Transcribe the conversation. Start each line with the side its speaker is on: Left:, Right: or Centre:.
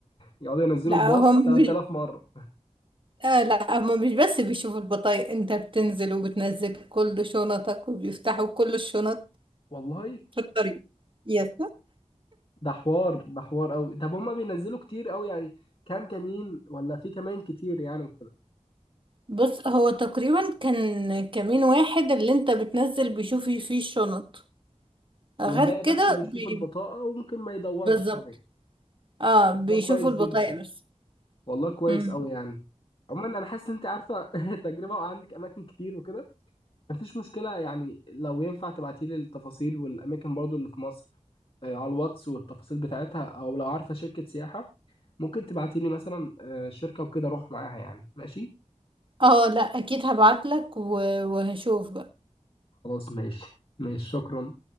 Left: يقعدوا ينزلوا
Right: لا
Left: الباص
Right: هم
Left: 3000
Right: مش
Left: مرة
Right: آه لا هما مش بس بيشوفوا البطايق انت بتنزل وبتنزل كل شنطك وبيفتحوا كل الشنط
Left: والله
Right: في الطريق يس
Left: ده حوار ده حوار قوي طب هما بينزلوا كتير قوي يعني كام كمين ولا في كمان كتير يعني وكده
Right: بص هو تقريبا كان كمين واحد اللي انت بتنزل بيشوف فيه الشنط غير
Left: والباقي
Right: كده
Left: بس بيشوف
Right: بي...
Left: البطاقة وممكن ما يدورش
Right: بالظبط
Left: كمان
Right: اه بيشوفوا
Left: طب ده كويس
Right: البطايق
Left: جدا
Right: بس
Left: والله كويس
Right: مم.
Left: قوي يعني عموما انا حاسس ان انت عارفة <laughs> تجربة وعندك اماكن كتير وكده مفيش مشكلة يعني لو ينفع تبعتي لي التفاصيل والاماكن برضو اللي في مصر آه، على الواتس والتفاصيل بتاعتها او لو عارفة شركة سياحة ممكن تبعتي لي مثلا آه، شركة وكده اروح معاها يعني ماشي
Right: اه لا اكيد هبعتلك و... وهشوف
Left: خلاص ماشي ماشي شكرا